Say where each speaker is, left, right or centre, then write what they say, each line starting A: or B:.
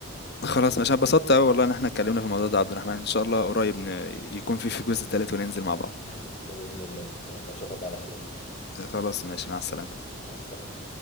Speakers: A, on the left (about 45°); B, on the left (about 30°).
A: خلاص مش اتبسطت قوي والله ان احنا اتكلمنا في الموضوع ده يا عبد الرحمن ان شاء الله قريب ن- يكون في في جزء ثالث وننزل مع بعض
B: <laughs> بإذن الله يلا أشوفك على خير
A: خلاص ماشي مع السلامه
B: مع السلامة